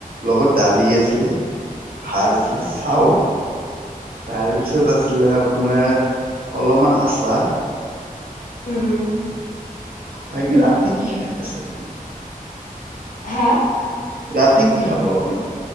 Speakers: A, on the right; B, on the left.
A: লগত দালি আছিলে। ভাত আছিলে চাউল। তাৰপিছত, আছিলে আপোনাৰ অলমান আচাৰ-
B: উম উম'
A: বাকী, ৰাতি কি খাই আছে আপুনি?
B: হাঁ'
A: ৰাতি কি খাব আপুনি?